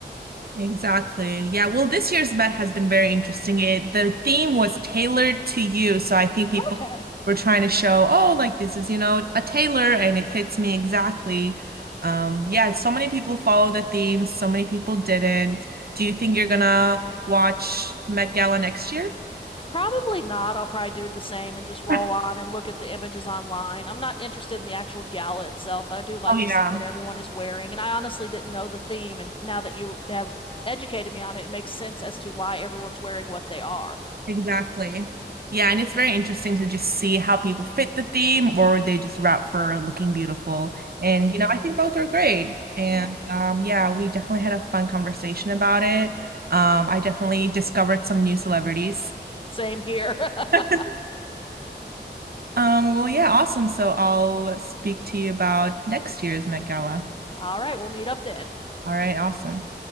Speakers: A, on the right (about 60°); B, on the left (about 30°).
A: Exactly. Yeah. Well, this year's Met has been very interesting. It the theme was tailored to you, so I think people
B: Okay,
A: were trying to show, oh, like this is, you know, a tailor and it fits me exactly. Um, yeah, so many people followed the theme, so many people didn't. Do you think you're gonna watch Met Gala next year?
B: probably not. I'll probably do the same and just roll
A: <laughs>
B: on and look at the images online. I'm not interested in the actual gala itself, but I do like
A: Oh yeah.
B: to see what everyone is wearing. And I honestly didn't know the theme, and now that you have educated me on it, it makes sense as to why everyone's wearing what they are.
A: Exactly. Yeah, and it's very interesting to just see how people fit the theme or they just route for looking beautiful. And you know, I think both are great. And
B: Yeah.
A: um yeah, we definitely had a fun conversation about it. Um I definitely discovered some new celebrities.
B: Same here. <laughs>
A: <laughs> Um well yeah, awesome. So I'll speak to you about next year's Met Gala.
B: All right, we'll meet up then.
A: All right, awesome.